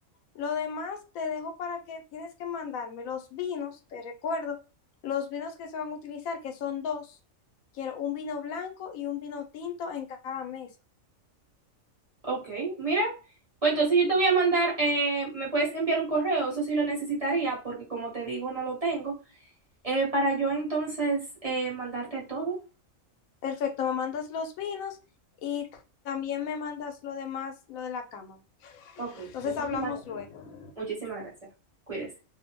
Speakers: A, on the left; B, on the right.
A: Lo demás te dejo para que tienes que mandarme los vinos, te recuerdo, los vinos que se van a utilizar, que son dos. Quiero un vino blanco y un vino tinto en cada mesa.
B: Ok, mira, pues entonces yo te voy a mandar, eh, me puedes enviar un correo, eso sí lo necesitaría, porque como te digo, no lo tengo, eh, para yo entonces eh, mandarte todo.
A: Perfecto, me mandas los vinos y también me mandas lo demás, lo de la cámara.
B: Ok,
A: Entonces
B: muchísimas
A: hablamos luego.
B: Muchísimas gracias. Cuídese.